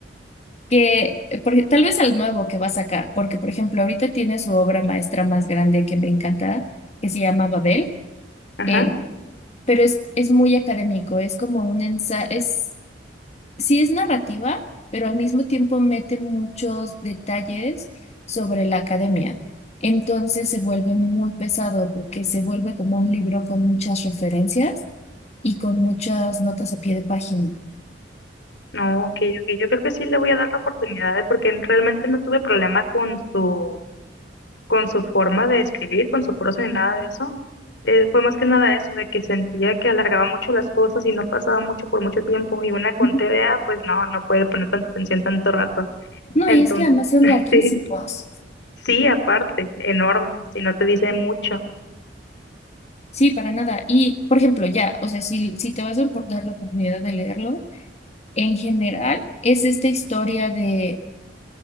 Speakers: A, on the left (about 40°); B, on the left (about 80°).
A: que, eh, porque, tal vez al nuevo que va a sacar, porque por ejemplo ahorita tiene su obra maestra más grande que me encanta, que se llama Babel,
B: Ajá,
A: eh, pero es, es muy académico, es como un ensayo, es, sí es narrativa, pero al mismo tiempo mete muchos detalles sobre la academia. Entonces se vuelve muy pesado porque se vuelve como un libro con muchas referencias y con muchas notas a pie de página.
B: no, ok, ok, yo creo que sí le voy a dar la oportunidad, ¿eh? porque realmente no tuve problema con su con su forma de escribir, con su prosa ni nada de eso. Eh, fue más que nada eso, de que sentía que alargaba mucho las cosas y no pasaba mucho por mucho tiempo. Y una con
A: Ujú.
B: TDA, pues no, no puede poner tanta atención tanto rato.
A: No,
B: Entonces,
A: y es que además son
B: <laughs>
A: larguísimos.
B: sí, sí, aparte, enorme, si no te dice mucho.
A: Sí, para nada. Y, por ejemplo, ya, o sea, si, si te vas a por- dar la oportunidad de leerlo, en general es esta historia de,